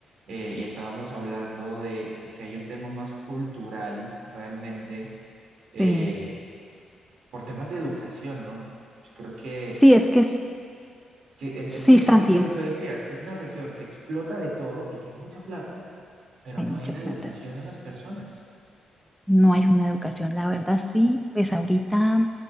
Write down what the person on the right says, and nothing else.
Eh, y estábamos hablando de, de que hay un tema más cultural realmente eh,
por temas de educación, ¿no? Yo creo que,
que es,
es que
es lo, lo
que tú decías, es una región que explota de todo y que hay mucha plata, pero
no
hay una
educación en las personas.